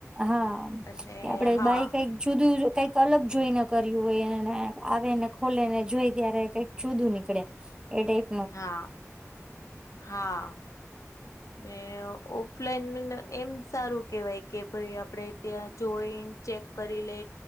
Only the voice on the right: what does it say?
હા,
કે આપડે
બાઈ કંઈ જુદું કંઈક અલગ જોઈને કર્યું હોયને, આવે ને, ખોલે ને જોઈ ત્યારે કંઈક જુદું નીકળે. એડ.